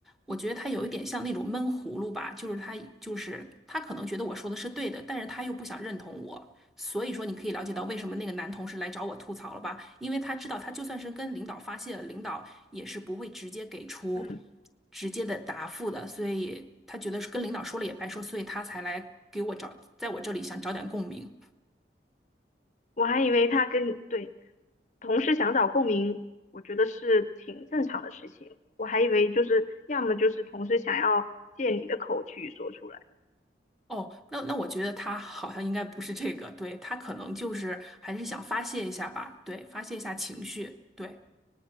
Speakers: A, in the centre; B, on the left.
A: 我觉得他有一点像那种闷葫芦吧，就是他就是他可能觉得我说的是对的，但是他又不想认同我。所以说，你可以了解到为什么那个男同事来找我吐槽了吧？因为他知道，他就算是跟领导发泄了，领导也是不会直接给出
B: 嗯。
A: 直接的答复的，所以他觉得是跟领导说了也白说，所以他才来给我找，在我这里想找点共鸣。
B: 我还以为他跟你对同事想找共鸣，我觉得是挺正常的事情。我还以为就是要么就是同事想要借你的口去说出来，
A: 哦，那那我觉得他好像应该不是这个，对，他可能就是还是想发泄一下吧，对，发泄一下情绪，对，